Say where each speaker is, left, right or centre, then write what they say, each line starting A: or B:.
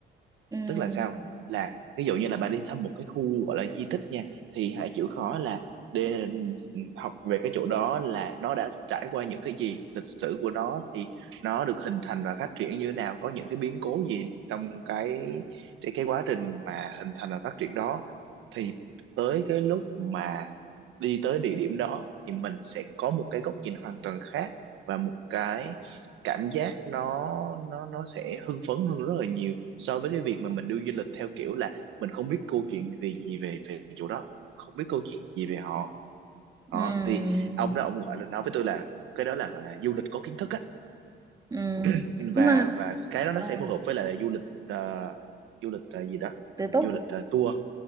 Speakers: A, on the right (about 20°); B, on the right (about 80°).
A: ừm,
B: tức là sao là ví dụ như là bà đi thăm một cái khu gọi là di tích nha thì hãy chịu khó là để học về cái chỗ đó là nó đã trải qua những cái gì lịch sử của nó thì nó được hình thành và phát triển như thế nào có những cái biến cố gì trong cái cái, cái quá trình mà hình thành và phát triển đó thì tới cái lúc mà đi tới địa điểm đó thì mình sẽ có một cái góc nhìn hoàn toàn khác và một cái cảm giác nó nó nó sẽ hưng phấn hơn rất là nhiều so với cái việc mà mình đi du lịch theo kiểu là mình không biết câu chuyện gì gì về về chỗ đó không biết câu chuyện gì về họ đó
A: ừm,
B: thì ông đó ông gọi là nói với tôi là cái đó là gọi là du lịch có kiến thức á
A: ừm.
B: <laughs>
A: nhưng
B: và
A: mà
B: và cái đó
A: ờ,
B: nó sẽ phù hợp với lại là du lịch ờ, du lịch ờ, gì đó
A: tự túc
B: du lịch ờ, tour